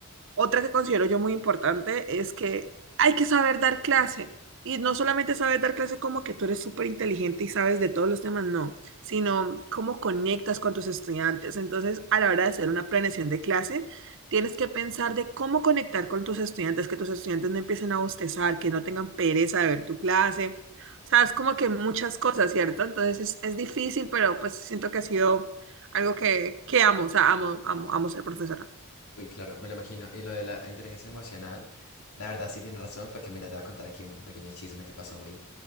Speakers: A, on the right (about 60°); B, on the left (about 85°).
A: Otra que considero yo muy importante es que hay que saber dar clase. Y no solamente saber dar clase como que tú eres súper inteligente y sabes de todos los temas, no, sino cómo conectas con tus estudiantes. Entonces, a la hora de hacer una planeación de clase, tienes que pensar de cómo conectar con tus estudiantes, que tus estudiantes no empiecen a bostezar, que no tengan pereza de ver tu clase. O sea, es como que muchas cosas, ¿cierto? Entonces, es, es difícil, pero pues siento que ha sido algo que, que amo, o sea, amo, amo, amo ser profesora.
B: Uy, claro, me lo imagino. Y lo de la inteligencia emocional, la verdad sí tiene razón, porque mira, te voy a contar aquí un un pequeño chisme que pasó hoy.